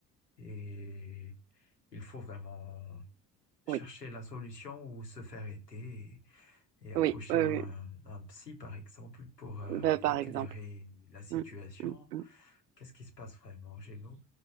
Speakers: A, on the left (about 85°); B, on the right (about 75°).
A: et il faut vraiment chercher
B: Oui,
A: la solution ou se faire aider et, et approcher
B: oui, euh,
A: un, un psy, par exemple, pour euh,
B: bah, par
A: éclairer
B: exemple.
A: la situation.
B: Mm, mm, mm.
A: Qu'est-ce qui se passe vraiment chez nous?